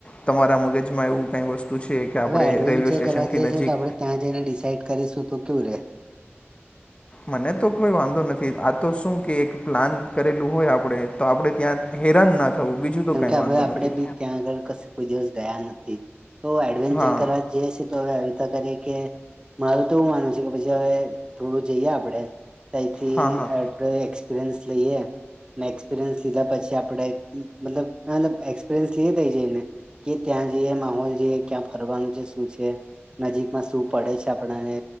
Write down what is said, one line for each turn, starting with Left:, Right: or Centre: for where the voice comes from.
Left: તમારા મગજમાં એવું કઈ વસ્તુ છે. કે આપણે
Right: હવે એડવેન્ચર
Left: રેલવે સ્ટેશનથી
Right: કરવા જઈએ
Left: નજીક
Right: છીએ તો આપડણે ત્યાં જઈને ડિસાઈડ કરીશું તો કેયું રેય
Left: મને તો કોઈ વાંધો નથી આ તો શું કે એક પ્લાન કરેલું હોય આપડે તો આપડે ત્યાં હેરાન ના થવું બીજું તો
Right: કેમકે
Left: કાંઈ વાંધો
Right: હવે આપડે
Left: નથી
Right: બી ત્યાં આગળ કશે કોઈ દિવસ ગયા નથી તો એડવેન્ચર
Left: હા
Right: કરવા જે છે તો હવે <inaudible> આવીતા કરી કે મારૂ તો એવું માનવ છે કે પછી હવે થોડું જઈએ આપડે તથી
Left: હા હા
Right: આપણે એક્સપિરિયન્સ લઈએ ને એક્સપિરિયન્સ લીધા પછી આપણે મતલબ એક્સપીરિન્સ લઈએ ત્યાં જઈને કે ત્યાં જઈએ માહોલ જોઈએ ક્યાં ફરવાનું શું છે નજીકમાં શું પડે છે આપણને